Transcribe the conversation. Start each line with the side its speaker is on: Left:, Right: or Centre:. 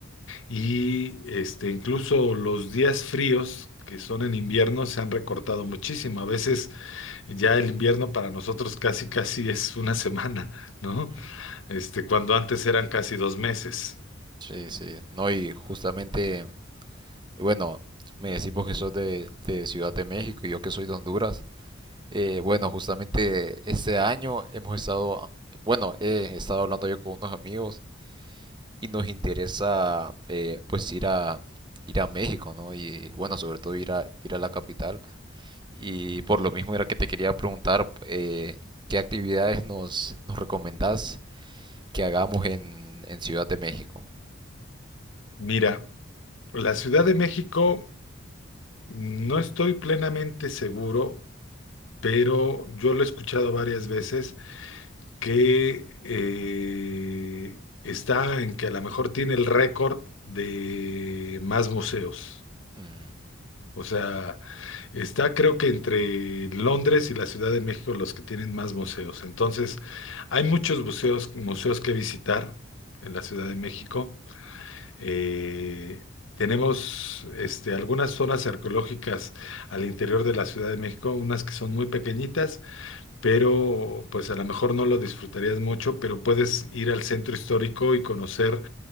Left: y este, incluso los días fríos que son en invierno se han recortado muchísimo. A veces ya el invierno para nosotros casi casi es una semana, ¿no?
Right: Mm.
Left: Este, cuando antes eran casi dos meses.
Right: Sí, sí, no, y justamente, bueno, me decís vos que sos de, de Ciudad de México y yo que soy de Honduras. Eh, bueno, justamente este año hemos estado, bueno, eh, he estado hablando yo con unos amigos y nos interesa eh, pues ir a ir a México, ¿no? Y bueno, sobre todo ir a ir a la capital. Y por lo mismo era que te quería preguntar eh, qué actividades nos, nos recomendás que hagamos en, en Ciudad de México.
Left: Mira, la Ciudad de México no estoy plenamente seguro, pero yo lo he escuchado varias veces que eh, está en que a lo mejor tiene el récord de más museos.
Right: Ujú.
Left: O sea, está creo que entre Londres y la Ciudad de México los que tienen más museos. Entonces, hay muchos museos, museos que visitar en la Ciudad de México. Eh, tenemos este, algunas zonas arqueológicas al interior de la Ciudad de México, unas que son muy pequeñitas, pero pues a lo mejor no lo disfrutarías mucho, pero puedes ir al centro histórico y conocer